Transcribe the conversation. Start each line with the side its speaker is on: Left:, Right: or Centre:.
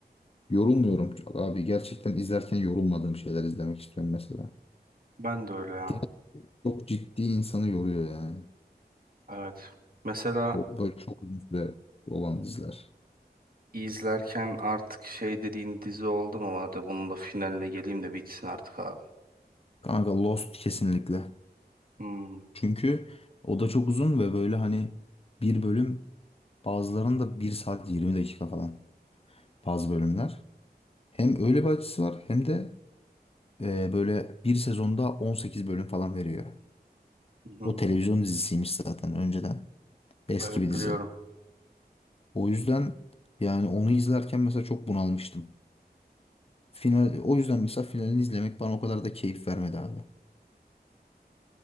Left: Yorulmuyorum çok abi. Gerçekten izlerken yorulmadığım şeyler izlemek istiyorum mesela.
Right: Ben de öyle ya.
Left: Diğer çok ciddi insanı yoruyor yani.
Right: Evet. Mesela
Left: Bu böyle çok uzun süre olan diziler.
Right: izlerken artık şey dediğin dizi oldu mu? Hadi bunun da finaline geleyim de bitsin artık abi.
Left: Kanka Lost kesinlikle.
Right: Hmm.
Left: Çünkü o da çok uzun ve böyle hani bir bölüm bazılarında bir saat 20 dakika falan bazı bölümler. Hem öyle bir açısı var hem de e, böyle bir sezonda 18 bölüm falan veriyor.
Right: Hı
Left: O
Right: hı.
Left: televizyon dizisiymiş zaten önceden. Eski
Right: Evet
Left: bir dizi.
Right: biliyorum.
Left: O yüzden yani onu izlerken mesela çok bunalmıştım. Final, o yüzden mesela finalini izlemek bana o kadar da keyif vermedi abi.